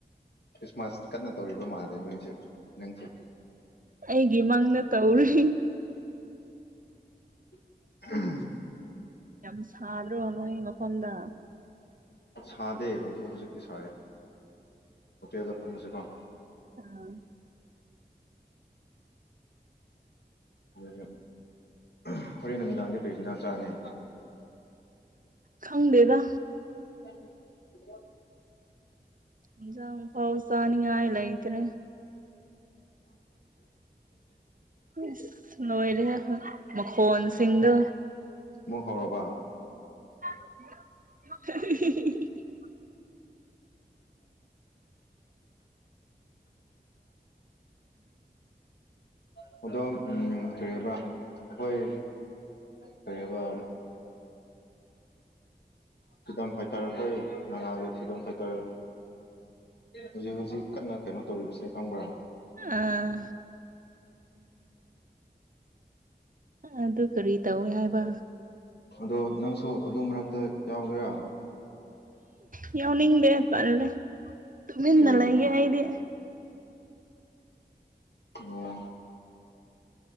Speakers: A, on the left; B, on the right.
A: ꯈ꯭ꯔꯤꯁꯃꯥꯁ ꯀꯟꯅ ꯇꯧꯔꯤꯕ ꯃꯥꯜꯗꯦ ꯅꯣꯏꯁꯨꯦ ꯅꯪꯁꯦ
B: ꯑꯩꯒꯤ ꯃꯪꯗ ꯇꯧꯔꯤ
A: ꯎ
B: ꯌꯥꯝ ꯁꯥꯗꯔꯣ ꯅꯣꯏ ꯃꯐꯝꯗ
A: ꯁꯥꯗꯦ ꯑꯗꯨ ꯍꯧꯖꯤꯛꯇꯤ ꯁꯥꯏꯌꯦ ꯍꯣꯇꯦꯜꯗ ꯐꯪꯁꯦꯀꯣ
B: ꯑꯥ
A: <inaudible> ꯍꯣꯔꯦꯟ ꯅꯨꯃꯤꯗꯥꯡꯗꯤ ꯀꯔꯤ ꯢꯟꯖꯥꯡ ꯆꯥꯅꯤ
B: ꯈꯪꯗꯦꯗ
A: <inaudible> <inaudible> <inaudible>
B: ꯏꯟꯖꯥꯡ ꯐꯥꯎ ꯆꯥꯅꯤꯡꯉꯥꯏ ꯂꯩꯇ꯭ꯔꯦ ꯑꯁ ꯂꯣꯏꯔꯦꯍꯦ ꯑꯈꯣꯏ ꯃꯈꯣꯟꯁꯤꯡꯗꯣ
A: <inaudible> ꯃꯨꯛ ꯍꯧꯔꯕꯥ
B: <inaudible>
A: <inaudible> ꯑꯗꯣ ꯀꯔꯤ ꯍꯥꯏꯕ ꯑꯩꯈꯣꯏ ꯀꯔꯤ ꯍꯥꯏꯕ ꯐ꯭ꯔꯤꯗꯝ ꯐꯥꯏꯇꯔ ꯑꯩꯈꯣꯏ ꯅꯒꯥꯒꯤ ꯐ꯭ꯔꯤꯗꯝ ꯐꯥꯏꯇꯔ ꯍꯧꯖꯤꯛ ꯍꯧꯖꯤꯛ ꯀꯟꯅ ꯀꯩꯅꯣ ꯇꯧꯔꯤꯁꯦ ꯈꯪꯕ꯭ꯔꯥ
B: ꯑ ꯑꯗꯨ ꯀꯔꯤ ꯇꯧꯏ ꯍꯥꯏꯕ
A: ꯑꯗꯣ ꯅꯪꯁꯨ ꯑꯗꯨ ꯃꯔꯛꯇ ꯌꯥꯎꯒꯦꯔꯥ
B: ꯏ ꯌꯥꯎꯅꯤꯡꯗꯦ ꯇꯜꯂꯦ ꯇꯨꯃꯤꯟꯗ
A: ꯀꯔꯤꯒꯤꯅꯣ
B: ꯂꯩꯒꯦ ꯑꯩꯗꯤ
A: ꯋꯥ